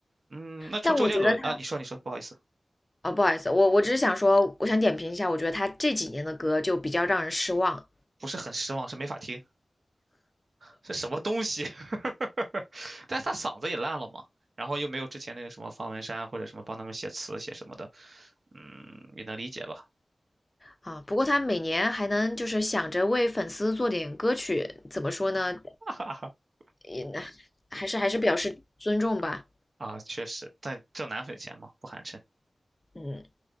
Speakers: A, on the right; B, on the left.
A: 嗯，那除周杰伦啊，
B: 但我觉得他。
A: 你说你说，不好意思，
B: 啊，不好意思，我我只是想说，我想点评一下，我觉得他这几年的歌就比较让人失望
A: 不是很失望，是没法听，是什么东西？<laughs> 但是他嗓子也烂了嘛，然后又没有之前那个什么方文山或者什么帮他们写词写什么的，嗯，也能理解吧。
B: 啊。不过他每年还能就是想着为粉丝做点歌曲，怎么说呢？
A: <laughs>
B: 也还是还是表示尊重吧。
A: 啊，确实，但挣奶粉钱嘛，不寒碜。
B: 嗯